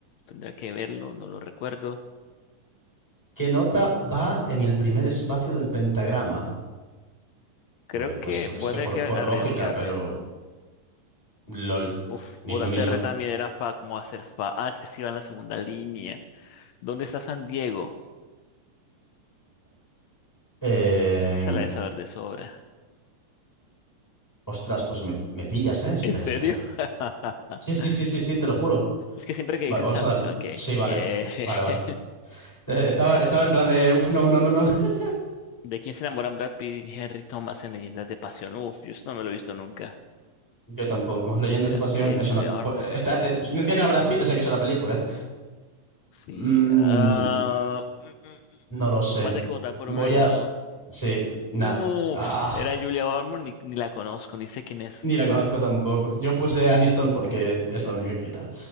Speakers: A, on the left; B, in the centre.
A: tendría que verlo, no lo recuerdo.
B: ¿Qué nota va en el primer espacio del pentagrama?
A: Creo
B: Bueno, Pues
A: que
B: yo qué
A: voy
B: sé,
A: a tener
B: por,
A: que
B: por
A: arriesgarme.
B: lógica, pero. LOL.
A: Uf, votaste
B: Ni tú ni yo.
A: R también, era Fa, ¿cómo hacer Fa? Ah, es que sí va en la segunda línea. ¿Dónde está San Diego?
B: Eh,
A: Es- Esa la de saber de sobra.
B: ostras, pues me, me pillas, ¿eh? Espera,
A: ¿En serio?
B: espera.
A: <laughs>
B: Sí, sí, sí, sí, sí, te lo juro.
A: Es que siempre que
B: Vale,
A: dicen
B: vamos
A: San...
B: a dar.
A: Ok,
B: Sí, vale.
A: bien.
B: Vale,
A: <laughs>
B: vale. Eh, Estaba, estaba en plan de. Uf, no, no, no, no. <laughs>
A: ¿De quién se enamoran Brad Pitt y Henry Thomas en Leyendas de Pasión? Uf, yo eso no me lo he visto nunca.
B: Yo tampoco.
A: Patricia
B: Leyendas de
A: Arquette,
B: Pasión es
A: Julia
B: una.
A: Ormond,
B: po- Está,
A: Jennifer
B: eh,
A: Aniston,
B: menciona
A: Ashley
B: a Brad
A: Simpson.
B: Pitt, o sea que es una película.
A: Sí.
B: Mm,
A: ah, mm, mm, mm, mm.
B: no lo sé.
A: voy a tener que votar por
B: Voy
A: una, ni
B: a.
A: modo.
B: Sí, nah.
A: Uh,
B: Ah,
A: era Julia Ormond, ni, ni la conozco, ni sé quién es.
B: ni la conozco tampoco. Yo puse Aniston porque
A: Mm,
B: es la única que tal.